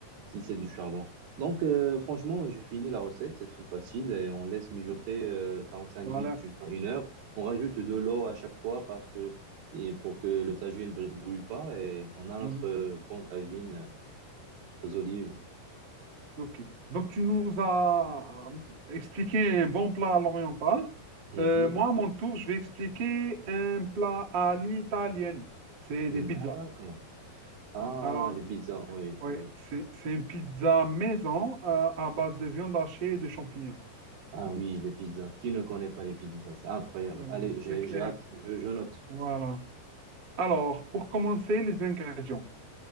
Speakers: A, on the right; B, on the right.
A: si c'est du charbon. Donc, euh, franchement, j'ai fini la recette, c'est très facile et on laisse mijoter euh, 45 minutes
B: Voilà.
A: jusqu'à une heure. On rajoute de l'eau à chaque fois parce que, et pour que le tagine brû- brûle pas et on a notre
B: Mm,
A: euh, bon tagine euh, aux olives.
B: Ok. Donc, tu nous as euh, expliqué un bon plat à l'oriental.
A: Mhm.
B: Euh, moi, à mon tour, je vais expliquer un plat à l'italienne. C'est
A: D'accord.
B: des pizzas.
A: Ah,
B: Alors,
A: les pizzas, oui,
B: ouais,
A: oui.
B: c'est c'est une pizza maison euh, à base de viande hachée et de champignons.
A: Ah oui, les pizzas. Qui ne connaît pas les pizzas? C'est incroyable.
B: Hum,
A: Allez, j'ai,
B: C'est clair.
A: j'ai hâte. Je, je note.
B: Voilà. Alors, pour commencer, les ingrédients.